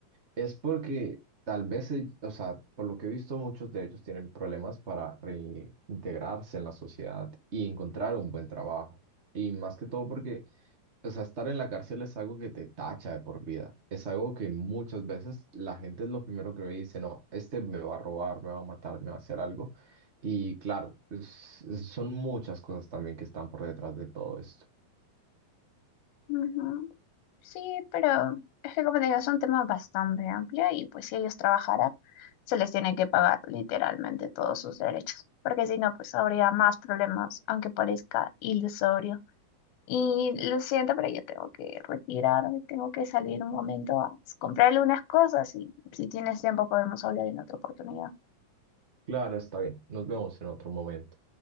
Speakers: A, on the right; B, on the left.
A: Es porque tal vez, el- o sea, por lo que he visto, muchos de ellos tienen problemas para reintegrarse en la sociedad y encontrar un buen trabajo. Y más que todo porque, o sea, estar en la cárcel es algo que te tacha de por vida. Es algo que muchas veces la gente es lo primero que ve y dice, no, este me va a robar, me va a matar, me va a hacer algo. Y claro, es- es- son muchas cosas también que están por detrás de todo esto.
B: ujú. Sí, pero es que como te digo, es un tema bastante amplio y pues si ellos trabajaran, se les tiene que pagar literalmente todos sus derechos, porque si no, pues habría más problemas, aunque parezca ilusorio. Y lo siento, pero yo tengo que retirarme, tengo que salir un momento a comprarle unas cosas y si tienes tiempo podemos hablar en otra oportunidad.
A: Claro, está bien. Nos vemos en otro momento.